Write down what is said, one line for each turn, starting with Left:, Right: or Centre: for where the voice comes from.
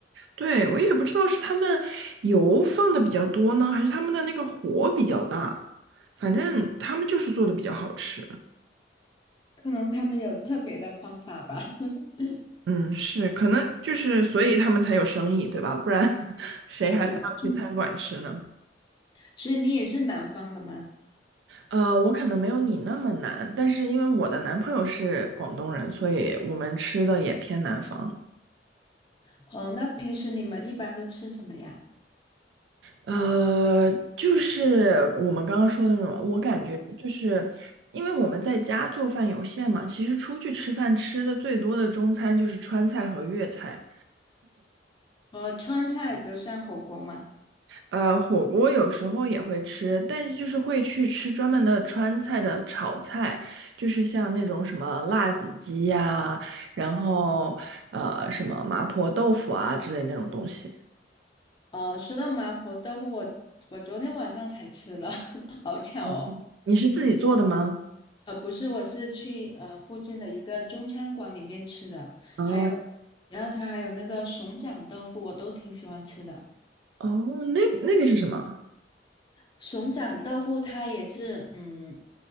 Right: 对，我也不知道是他们油放的比较多呢，还是他们的那个火比较大，反正他们就是做的比较好吃。
Left: 可能他们有特别的方法吧。<laughs>
Right: 嗯，是，可能就是所以他们才有生意，对吧？不然 <laughs> 谁还非要去餐馆吃呢？
Left: 对对对，嗯，所以你也是南方的吗？
Right: 呃，我可能没有你那么难，但是因为我的男朋友是广东人，所以我们吃的也偏南方。
Left: 哦，那平时你们一般都吃什么呀？
Right: 呃，就是我们刚刚说的那种，我感觉就是因为我们在家做饭有限嘛，其实出去吃饭吃的最多的中餐就是川菜和粤菜，
Left: 呃，川菜，比如像火锅嘛。
Right: 呃，火锅有时候也会吃，但是就是会去吃专门的川菜的炒菜，就是像那种什么辣子鸡呀，然后呃什么麻婆豆腐啊之类那种东西。
Left: 哦，说到麻婆豆腐，我我昨天晚上才吃了，<laughs> 好巧哦。
Right: 哦，你是自己做的吗？
Left: 呃，不是，我是去呃附近的一个中餐馆里面吃的，
Right: 哦，
Left: 还有，然后它还有那个熊掌豆腐，我都挺喜欢吃的。
Right: 哦，那那个是什么？
Left: 熊掌豆腐它也是，嗯，